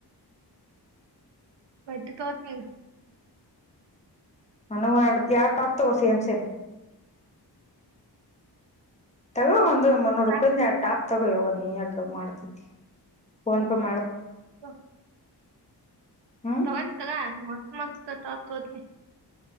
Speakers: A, on the right; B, on the left.
A: ಬಟ್ಟಿ ತೋತ್ ನೀ <inaudible>
B: ನನವು ಎರಡು ಪ್ಯಾಂಟ್ ಟಾಪ್ ತಗೋ ಸೇಮ್ ಸೇಮ್. ತಗೊ ಒಂದು ಮುನ್ನೂರು ರೂಪಾಯ
A: ನಾಲ್ಕು
B: ಟಾಪ್ ತಗೋ ಯವ್ವ ನೀ ಯಾಕ ಅಂಗ್ ಮಾಡ್ತಿದಿ ಫೋನ್ ಪೇ ಮಾಡ್
A: ಹ <inaudible>
B: ಹ್ಮ್
A: ತಗಂತ್ ತಗ ಮತ್ ಮಸ್ತ್ ಟಾಪ್ ತಗೋತೀನಿ